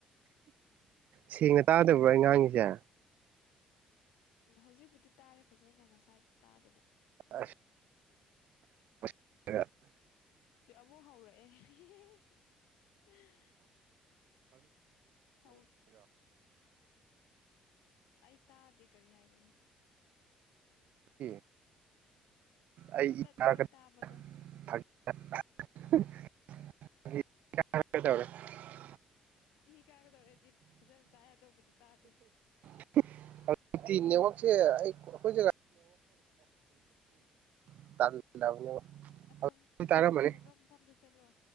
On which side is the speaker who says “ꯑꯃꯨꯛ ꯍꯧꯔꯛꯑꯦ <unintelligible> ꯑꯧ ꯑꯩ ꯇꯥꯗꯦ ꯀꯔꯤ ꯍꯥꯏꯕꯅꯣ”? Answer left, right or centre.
Left